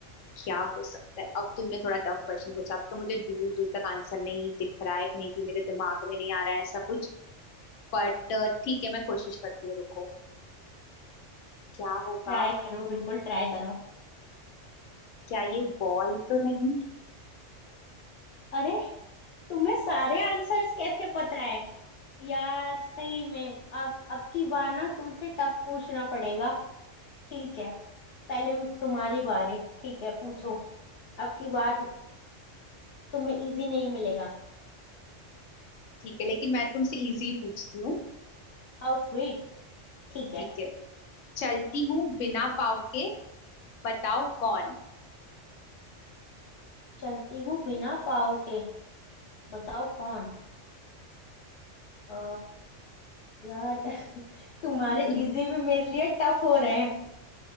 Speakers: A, on the left; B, on the left.
A: क्या हो सकता है अब तुमने थोड़ा टफ क्वेश्चन पूछा अब तो मुझे दूर दूर तक आंसर नहीं दिख रहा है कहीं भी मेरे दिमाग में नहीं आ रहा है ऐसा कुछ बट ठीक है मैं कोशिश करती हूँ रुको क्या होगा
B: ट्राई करो बिल्कुल ट्राई करो
A: क्या ये बॉल तो नहीं
B: अरे तुम्हें सारे आंसर्स कैसे पता है यार सही में अब अब की बार ना तुमसे टफ पूछना पड़ेगा ठीक है पहले म- तुम्हारी बारी ठीक है पूछो अब की बार तुम्हें इजी नहीं मिलेगा
A: ठीक है लेकिन मैं तुमसे इजी पूछती हूँ
B: हाउ स्वीट ठीक है
A: ठीक है चलती हूँ बिना पाँव के बताओ कौन
B: चलती हूँ बिना पाँव के बताओ कौन अ यार <laughs> तुम्हारे
A: <laughs>
B: इजी भी मेरे लिए टफ हो रहे हैं